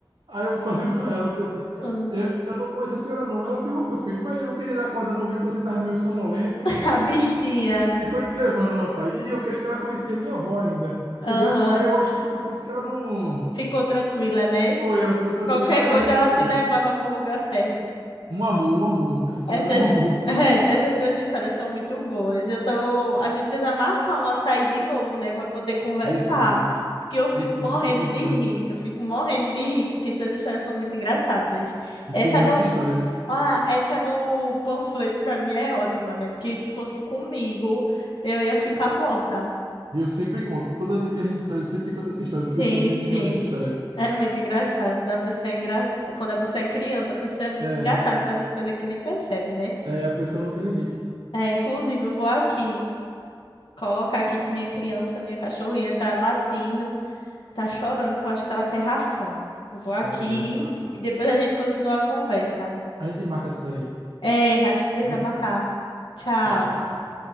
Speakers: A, on the right; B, on the left.
A: Aí eu <laughs> falei para ela, eu falei assim,
B: Ah,
A: eu, eu não conheço a senhora, não. Ela falou, ô meu filho, mas eu não queria lhe acordar, não. Eu vi que você tava meio sonolento.
B: <laughs> A bichinha.
A: E foi me levando, rapaz. E eu creio que ela conhecia minha avó ainda. Entendeu?
B: Aham.
A: Aí eu acho que foi por isso que ela não.
B: Ficou tranquila, né?
A: Foi, ela ficou tranquila.
B: Qualquer
A: Eu me agarrei
B: coisa ela
A: aqui,
B: te
A: ó.
B: levava pro lugar certo.
A: Um amor, um amor. Essa senhora
B: Essas,
A: é um amor.
B: <laughs> é, essas tuas histórias são muito boas. Eu tô, a gente precisa marcar um açaí de novo, né, para poder conversar,
A: Precisa.
B: porque eu fico
A: Precisa
B: morrendo
A: para conversar.
B: de rir. Eu fico morrendo de rir porque tuas histórias são muito engraçadas.
A: E
B: Essa
A: tem muita
B: do,
A: história, viu?
B: ah, essa do panfleto para mim é ótima, né? Porque se fosse comigo, eu ia ficar morta.
A: E eu sempre conto. Toda vez que a gente sai, eu sempre conto essa história,
B: Sim,
A: porque eu também
B: sim.
A: amo essa história.
B: É muito engraçado. Quando a pessoa é engra... quando a pessoa é criança, a pessoa é muito
A: É,
B: engraçada, faz as coisas que nem percebe, né?
A: é a pessoa não tem limite.
B: É, inclusive, eu vou aqui colocar aqui que minha criança, minha cachorrinha tá latindo, tá chorando, que eu acho que ela quer ração. Eu Vou aqui
A: Tá certo, Ávila.
B: e depois a gente continua a conversa.
A: A gente marca de sair,
B: É, a gente precisa
A: viu?
B: marcar. Tchau.
A: Tchau, tchau.